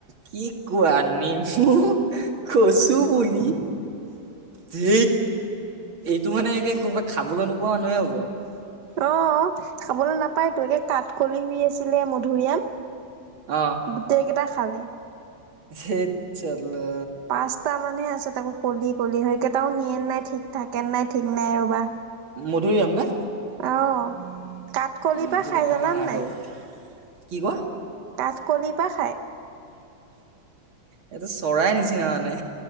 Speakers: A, on the right; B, on the right.
A: কি কোৱা নেমু কচু বুলি ধেত এইটো মানে একে কোনোবা খাবলৈ নোপোৱা মানুহে হ'ব।
B: অ' খাবলৈ নাপায় তো একে কাঠ কলি হৈ আছিলে মধুৰিআম
A: অ'
B: গোটেইকেইটা খালে।
A: ধেত চলা।
B: পাঁচটা মানহে আছে তাকো কলি কলি হেই কেইটাও নিয়ে নাই ঠিক থাকেন নাই ঠিক নাই ৰবা।
A: মধুৰআম নে?
B: অ' কাঠ কলিৰ
A: মধুৰিআম
B: পৰা খাই জানানে
A: আমাৰ
B: নাই।
A: বাৰু। কি কোৱা?
B: কাঁঠকলিৰ পৰা খায়।
A: এইটো চৰাই নিচিনা মানে।